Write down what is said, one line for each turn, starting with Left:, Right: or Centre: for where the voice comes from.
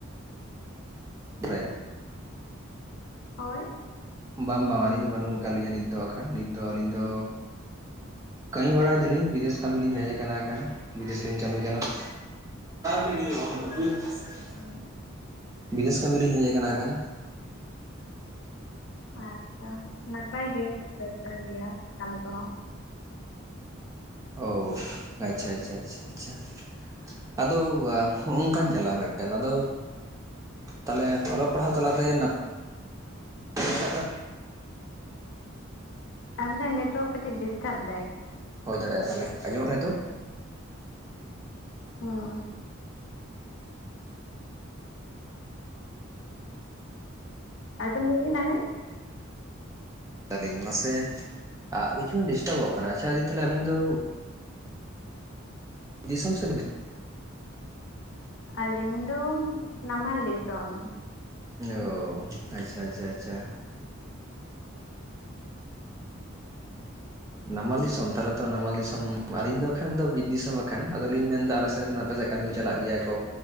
Right: <unintelligible>
Left: ᱦᱳᱭ
Right: ᱵᱟᱝ ᱵᱟᱝ ᱟᱹᱞᱤᱧ ᱫᱚ ᱵᱟᱹᱱᱩᱜ ᱟᱠᱟᱫ ᱞᱤᱧᱟᱹ ᱱᱤᱛ ᱫᱚ ᱟᱠᱷᱟᱱ ᱱᱤᱛ ᱫᱚ ᱟᱹᱞᱤᱧ ᱫᱚ ᱠᱟᱹᱢᱤ ᱵᱟᱲᱟᱭ ᱫᱟᱞᱤᱧ ᱵᱤᱫᱮᱥ ᱠᱟᱹᱢᱤ ᱞᱤᱧ ᱦᱮᱡᱽ ᱟᱠᱟᱱᱟ ᱮᱱᱠᱷᱟᱱ ᱵᱤᱫᱮᱥ ᱞᱤᱧ ᱠᱟᱹᱢᱤ ᱠᱟᱱᱟ ᱾ <unintelligible>
Left: ᱦᱮᱸ
Right: ᱵᱤᱫᱮᱥ ᱠᱟᱹᱢᱤ ᱨᱤᱧ ᱦᱮᱡᱽ ᱟᱠᱟᱱᱟ ᱠᱷᱟᱱ
Left: ᱟᱪᱪᱷᱟ ᱱᱟᱯᱟᱭ ᱜᱮ ᱫᱚᱨᱠᱟᱨ ᱜᱮᱭᱟ ᱠᱟᱹᱢᱤ ᱠᱚᱦᱚᱸ
Right: ᱦᱳ ᱟᱪᱪᱷᱟ ᱟᱪᱪᱷᱟ ᱟᱪᱪᱷᱟ ᱟᱫᱚ ᱚᱱᱠᱟᱱ ᱡᱟᱞᱟ ᱢᱤᱫᱴᱮᱱ ᱟᱫᱚ ᱛᱟᱦᱚᱞᱮ ᱚᱞᱚᱜ ᱯᱟᱲᱦᱟᱣ ᱛᱟᱞᱟᱛᱮ ᱱᱟᱯᱟᱭ
Left: <inaudible>
Right: <unintelligible>
Left: ᱟᱵᱤᱱᱟᱜ ᱱᱮᱴᱳᱨᱠ ᱰᱤᱥᱴᱟᱨᱵ ᱫᱟᱭᱺ
Right: ᱦᱳᱭ ᱫᱟᱲᱮᱭᱟᱜᱼᱟ ᱛᱟᱞᱦᱮ ᱟᱸᱡᱚᱢᱚᱜ ᱠᱟᱱᱟ ᱱᱤᱛᱳᱜ
Left: ᱦᱮᱸ ᱟᱸᱡᱚᱢ ᱫᱟᱵᱤᱱ ᱱᱟᱵᱤᱱ
Right: ᱛᱟᱞᱤᱧ ᱢᱟᱥᱮ ᱠᱤᱪᱷᱩ ᱰᱤᱥᱴᱟᱵᱚᱜ ᱠᱟᱱᱟ ᱟᱪᱪᱷᱟ ᱫᱤ ᱛᱟᱞᱦᱮ ᱟᱹᱵᱤᱱ ᱫᱚ ᱫᱤᱥᱚᱢ ᱥᱮᱫ ᱫᱚ
Left: ᱟᱹᱞᱤᱧ ᱫᱚ ᱱᱟᱢᱟᱞ ᱫᱤᱥᱚᱢ᱾
Right: ᱚ ᱟᱪᱪᱷᱟ ᱟᱪᱪᱷᱟ ᱟᱪᱪᱷᱟ ᱱᱟᱢᱟᱞ ᱫᱤᱥᱚᱢ ᱛᱟᱦᱚᱞᱮ ᱛᱚ ᱱᱟᱢᱟᱞ ᱫᱤᱥᱚᱢ ᱟᱹᱞᱤᱧ ᱫᱚᱠᱷᱟᱱ ᱫᱚ ᱵᱤᱨ ᱫᱤᱥᱚᱢ ᱠᱷᱟᱱ᱾ ᱟᱫᱚᱞᱤᱧ ᱢᱮᱱ ᱮᱫᱟ ᱟᱞᱮ ᱥᱮᱫ ᱟᱯᱮ ᱠᱟᱹᱢᱤ ᱪᱟᱞᱟᱜ ᱜᱮᱭᱟ ᱠᱚ